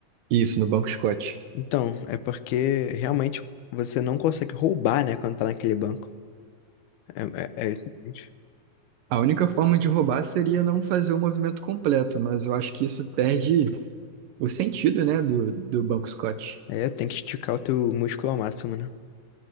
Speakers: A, on the right; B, on the left.
A: Isso, no banco Scott.
B: Então, é porque realmente você não consegue roubar, né, quando tá naquele banco. É, é, é o seguinte.
A: A única forma de roubar seria não fazer o movimento completo, mas eu acho que isso perde o sentido, né, do, do Banco Scott.
B: É, tem que esticar o teu músculo ao máximo, né?